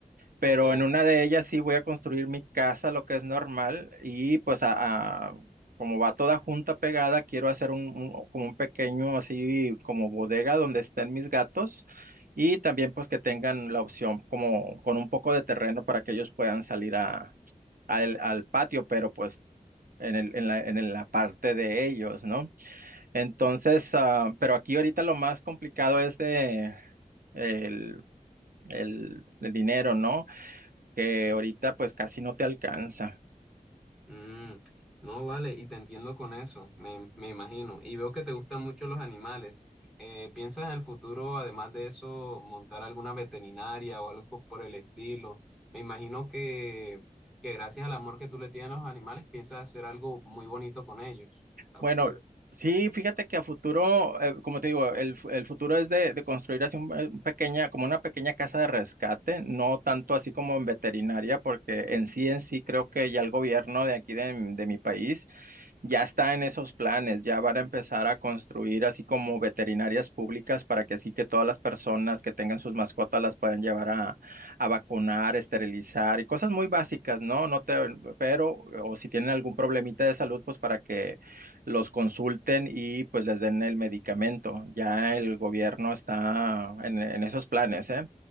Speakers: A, on the right; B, in the centre.
A: pero
B: Ok.
A: en una de ellas sí voy a construir mi casa, lo que es normal, y pues a, a- como va toda junta pegada, quiero hacer un, un- como un pequeño así como bodega donde estén mis gatos y también pues que tengan la opción como con un poco de terreno para que ellos puedan salir a, al al patio, pero pues en el- en la, en la parte de ellos, ¿no? Entonces, ah, pero aquí ahorita lo más complicado es de el, el- el dinero, ¿no? que ahorita pues casi no te alcanza.
B: Mm, no, vale, y te entiendo con eso, me, me imagino. Y veo que te gustan mucho los animales. Eh, ¿piensas en el futuro, además de eso, montar alguna veterinaria o algo por el estilo? Me imagino que, que gracias al amor que tú le tienes a los animales, piensas hacer algo muy bonito con ellos a
A: Bueno,
B: futuro.
A: sí, fíjate que a futuro, eh, como te digo, el, fu- el futuro es de, de construir así un, eh, pequeña, como una pequeña casa de rescate, no tanto así como en veterinaria, porque en sí, en sí creo que ya el gobierno de aquí de de mi país ya está en esos planes, ya van a empezar a construir así como veterinarias públicas para que así que todas las personas que tengan sus mascotas las puedan llevar a, a vacunar, esterilizar y cosas muy básicas, ¿no? No te, pero, o si tienen algún problemita de salud, pues para que los consulten y pues les den el medicamento. Ya el gobierno está en, en esos planes, ¿eh?